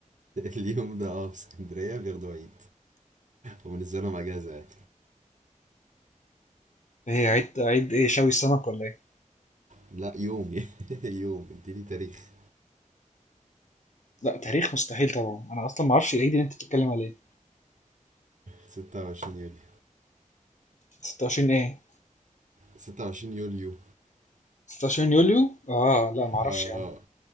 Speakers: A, on the right (about 70°); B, on the left (about 65°).
A: اليوم ده اه في اسكندريه بياخدوا عيد وبالنسبه لهم اجازه يعني
B: ايه عيد عيد ايه شوي السمك ولا ايه
A: لا يوم <laughs> يوم اديني تاريخ
B: لا تاريخ مستحيل طبعا انا اصلا ما اعرفش العيد اللي انت بتتكلم عليه
A: 26 يوليو
B: 26 ايه
A: 26 يوليو
B: 26 يوليو اه لا ما اعرفش
A: اه
B: يا عم